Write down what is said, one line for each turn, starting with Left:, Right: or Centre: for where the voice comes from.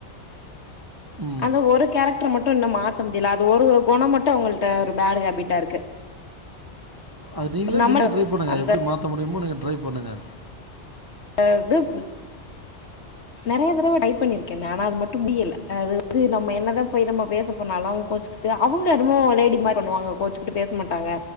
Right: ம்
Left: அந்த ஒரு கேரக்டர் மட் டு இன்னு மாத்த முடியல அது ஒரு குணோ மட்டு அவங்கள்ட ஒரு பேடு ஹேபிட்டா இருக்கு
Right: அது நீங்ளே
Left: நம்ம
Right: நீங்ளே ட்ரை பண்ணுங்க
Left: அந்த
Right: எப்டி மாத்த முடியுமோ நீங்க ட்ரை பண்ணுங்க
Left: அதாதுப் நெறைய தடவ ட்ரை பண்ணிருக்க ஆனா அது மட்டு முடியல அது வந்து நம்ம என்னதா போய் நம்ம பேச போனாலு அவ கோச்சிக் அவங்க என்னமோ லேடி மாரி பண்ணுவாங்க கோச்சிக்கிட்டு பேச மாட்டாங்க